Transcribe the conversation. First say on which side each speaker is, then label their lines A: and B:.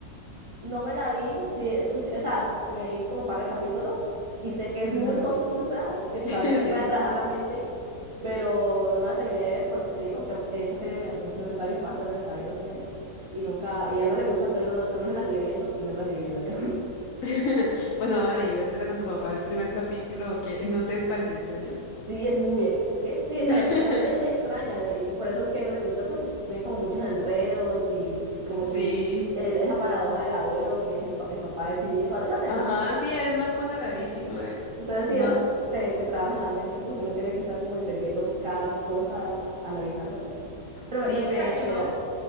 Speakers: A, on the right (about 30°); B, on the left (about 55°).
A: No me la vi, sí escuché, o sea, me vi como un par de capítulos y sé que es
B: Ajá,
A: muy confusa, te- también
B: <laughs>
A: te
B: sí.
A: pone a trabajar la mente, pero no me la terminé de ver, por lo que te digo, yo, esa serie me la, eh, se la empezó a ver mi papá, entonces me la estaba viendo con él, y nunca, y a él no le gustó, entonces no, no, no se la siguió viendo, y no me la seguí viendo yo. <laughs>
B: <laughs> Bueno, bueno, y vértela con tu papá el primer capítulo, que no te pareció extraño.
A: Sí, es muy, e, ¿qué? Sí, o sea,
B: <laughs>
A: la, se- la serie es muy extraña, y por eso es que no le gustó, porque tienen como muchos enredos, y como
B: Sí.
A: que el- esa paradoja del abuelo, que es el, pa- el papá de sí mismo, no sé,
B: Ajá, sí, es una cosa rarísima. eh,
A: entonces sí,
B: No,
A: esas te, te trabajan la mente, porque uno tiene que estar como entendiendo cada cosa, analizándola, pero
B: sí,
A: me, me gustan
B: de hecho,
A: en general,